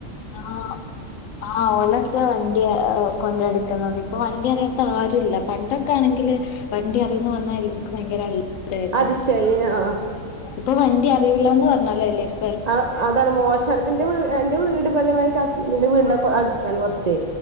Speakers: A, on the left; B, on the right.
A: ആഹ് ആഹ് ഓലക്കെ വണ്ടിയ കൊണ്ടടുക്കുന്നത് ഇപ്പൊ വണ്ടി അറിയാത്ത ആരുല്ല അപ്പം ഇതൊക്കെ ആണെങ്കില് വണ്ടി അറിയന്ന് വന്നാ എല്ലാവർക്കും ഭയങ്കര അത്ഭുതവാരുന്നു
B: അതിശയി ആഹ്
A: ഇപ്പൊ വണ്ടി അറിയൂല്ലന്ന് പറഞ്ഞാല എല്ലാരും
B: ആ അതാണ് മോശമാണ് ഇപ്പ എന്റെ വി എന്റെ വീട് അപ്പൊ അതേമാതിരി കശ്മീരിന്റെ വീടിന്റെ കൊ അടുതാണ് കുറച്ചെ